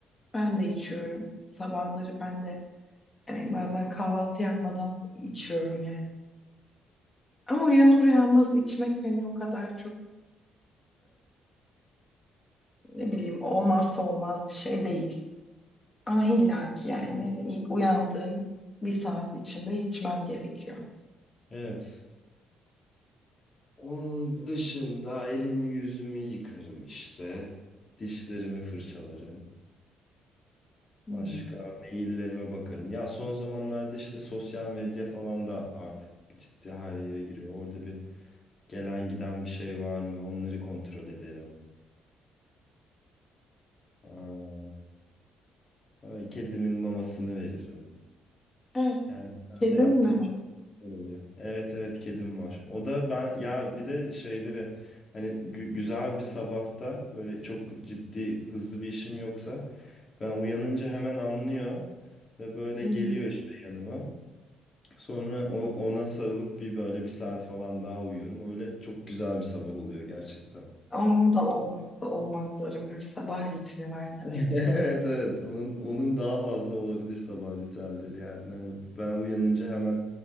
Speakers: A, on the left (about 25°); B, on the left (about 40°).
A: ben de içiyorum. Sabahları ben de yani bazen kahvaltı yapmadan içiyorum yani. Ama uyanır uyanmaz içmek hani o kadar çok ne bileyim olmazsa olmaz bir şey değil. Ama illa ki yani ilk uyandığım bir saat içinde içmem gerekiyor.
B: Evet. Onun dışında elimi yüzümü yıkarım işte. Dişlerimi fırçalarım.
A: Hmm.
B: Başka maillerime bakarım. Ya son zamanlarda işte sosyal medya falan da artık ciddi her yere giriyor. Orada bir gelen giden bir şey var mı? Onları kontrol ederim. Aa, ay, kedimin mamasını veririm.
A: Evet.
B: Yani genelde
A: Kedim
B: yaptığım
A: mi var?
B: şeyler oluyor. Evet evet kedim var. O da ben ya bir de şeyleri hani gü- güzel bir sabahta böyle çok ciddi hızlı bir işim yoksa Ben uyanınca hemen anlıyor ve böyle
A: Hmm.
B: geliyor işte yanıma. Sonra o- ona sarılıp bir böyle bir saat falan daha uyuyorum. Öyle çok güzel bir sabah oluyor gerçekten.
A: Onun da olmazsa olmazları var. Sabah rutini var demek.
B: <laughs> Evet evet onun onun daha fazla olabilir sabah ritüelleri yani. Hani ben uyanınca hemen